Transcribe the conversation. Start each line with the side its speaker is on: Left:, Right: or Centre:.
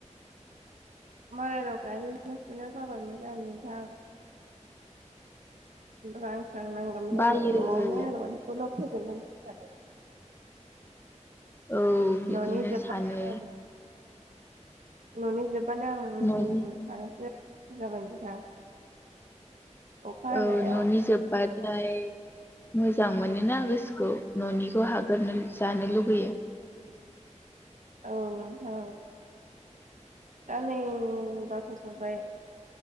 Right: मालायनाव गायनो थांनोनो बाबाय मोन आं नोंथां रां सां नांगौमोन
Left: बायो
Right: आंनो न'आवनोखौ <unintelligible>
Left: औ बिदिनो
Right: न'नि जोबबानो
Left: सानो
Right: ननि जबानो आं उन्दु
Left: न'नि
Right: उन्दुसो थागोन जाबाय नोंथां अखा हानायाव
Left: औ न'नि जोब्बाथाय मोजां मोनोना गोसोखौ न'निखौ हागोरनो जानो लुुबैयो
Right: औ नोंथां दा नै बाखसरबाय